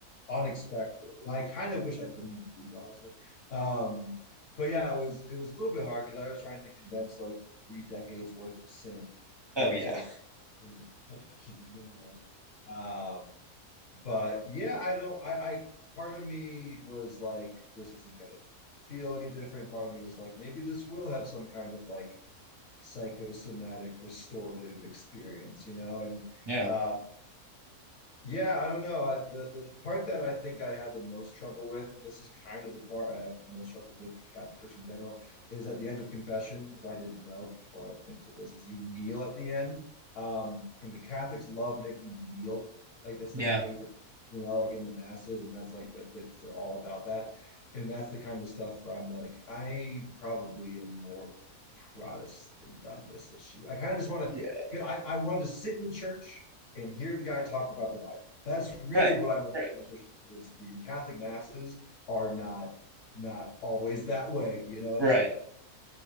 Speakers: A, on the left; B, on the right.
A: unexpected and I kind of wish I'd been in the booth honestly um but yeah it was it was a little bit hard because I was trying to condense like three decades worth of sin
B: Oh
A: into
B: yeah.
A: like in the session, you know. Um, but yeah, I don't. I, I part of me was like, this isn't gonna feel any different. Part of me was like, maybe this will have some kind of like psychosomatic restorative experience, you know. And
B: Yeah.
A: uh, yeah, I don't know. I, the, the the part that I think I had the most trouble with, and this is kind of the part I have the most trouble with the Catholic Church in general, is at the end of confession, which I didn't know before I went into this, is you kneel at the end. Um, and the Catholics love making you kneel. Like that's
B: Yeah.
A: their favorite, you know, like in the masses, and that's like that that- they're all about that. And that's the kind of stuff where I'm like, I probably am more Protestant on this issue. I kind of just want
B: Yeah.
A: to, I, I wanted to sit in the church and hear the guy talk about the Bible. That's really
B: Right.
A: what I want
B: Right.
A: my church experience to be. And Catholic masses are not not always that way, you know.
B: Right.
A: So